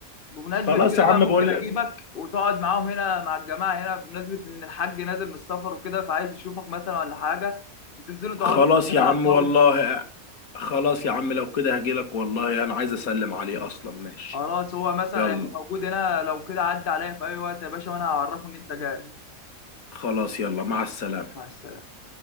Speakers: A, on the left (about 40°); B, on the left (about 85°).
A: بمناسبة
B: خلاص
A: كده
B: يا عم
A: بقى ممكن
B: بقول
A: أجيبك
B: لك
A: وتقعد معاهم هنا مع الجماعة هنا بمناسبة إن الحاج نازل من السفر وكده فعايز يشوفك مثلا ولا حاجة وتنزلوا تقعدوا
B: خلاص
A: نلعب
B: يا عم
A: طاولة
B: والله خلاص يا عم لو كده هجيلك والله انا عايز اسلم عليه اصلا ماشي
A: خلاص هو مثلا
B: يلا
A: هيبقى موجود هنا لو كده عدى عليا في أي وقت يا باشا وأنا هعرفه إن أنت جاي
B: خلاص يلا مع السلامه
A: مع السلامة